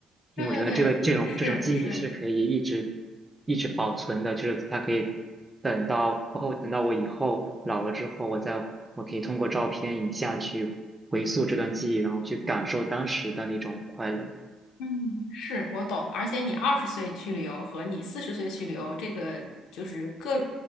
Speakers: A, on the right; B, on the left.
A: 因为我觉得这个这种这种记忆是可以一直
B: 对对对，是是。
A: 一直保存的，就是它可以等到包括等到我以后老了之后，我再我可以通过照片、影像去回溯这段记忆，然后去感受当时的那种快乐。
B: 嗯，是我懂，而且你二十岁去旅游和你四十岁去旅游，这个就是各